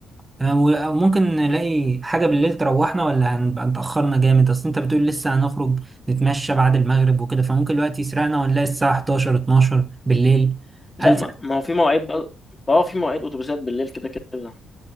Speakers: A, on the right; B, on the left.
A: تمام و- وممكن نلاقي حاجة بالليل تروحنا ولا هنبقى اتأخرنا جامد أصل أنت بتقول لسه هنخرج نتمشى بعد المغرب وكده فممكن الوقت يسرقنا ونلاقي الساعة 11 12 بالليل
B: لا
A: هل
B: ما, ما هو في مواعيد بقى اه في مواعيد اتوبيسات بالليل كده كده